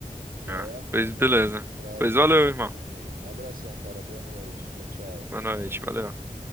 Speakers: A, on the right; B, on the right.
A: Já
B: Ah,
A: é
B: pois beleza.
A: pra, pra,
B: Pois
A: pra,
B: valeu,
A: pra
B: irmão.
A: dormir. Um abração, cara. Boa noite. Tchau, tchau.
B: Boa noite, valeu.